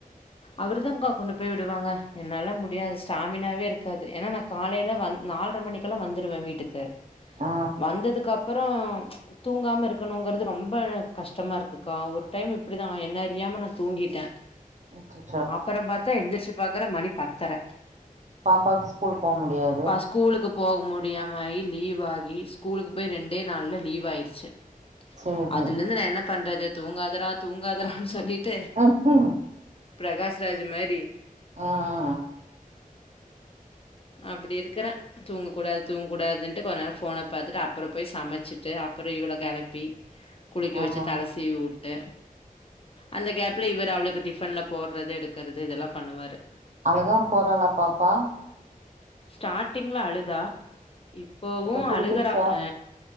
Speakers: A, on the left (about 40°); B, on the right (about 55°).
A: அவருதாங்க்கா கொண்டு போய் விடுவாங்க என்னால முடியாது ஸ்டாமினாவே இருக்காது ஏன்னா நா காலைல வந் நால்ர மணிக் கலா வந்துருவே வீட்டுக்கு
B: ஆ
A: வந்ததுக் அப்புறோ தூங்காம இருக்கணுங்கிறது ரொம்ப கஷ்டமா இருக்குக்கா ஒரு டைம் இப்படிதா என்ன அறியாம நா தூங்கிட்டே
B: ஓகே
A: அப்பறம் பாத்தா எந்திர்ச்சு பாக்கற மணி பத்தர
B: பாப்பாக் ஸ்கூல் போ முடியாது
A: பா ஸ்கூலுக்கு போக முடியாம லீவ் ஆகி ஸ்கூலுக்கு போய் ரெண்டே நாள்ல லீவ் ஆய்ருச்சு
B: சேரி
A: அதுல இருந்து நா என்ன பண்றது தூங்காதடா தூங்காதடான் சொல்லிட்டு
B: ம் ம்
A: பிரகாஷ் ராஜ் மாரி
B: ஆ
A: அப்டி இருக்குறே தூங்க கூடாது தூங்க்கூடாதுன்ட்டு கொஞ் நேரோ ஃபோன பாத்துட்டு அப்றோ போய் சமச்சிட்டு அப்றோ இவள கெளப்பி குளிக்க
B: ஆ
A: வச்சு தலசீவிவுட்டு அந்த கேப்ல இவரு அவளுக்கு டிஃபன்ல போட்றது எடுக்றது இதெல்லா பண்ணுவாரு
B: அழுகாம் போறாளா பாப்பா
A: ஸ்டார்ட்டிங்ல அழுதா இப்பவு
B: இப்ப புடிச்சிருச்சா
A: அழுகுறா ஆ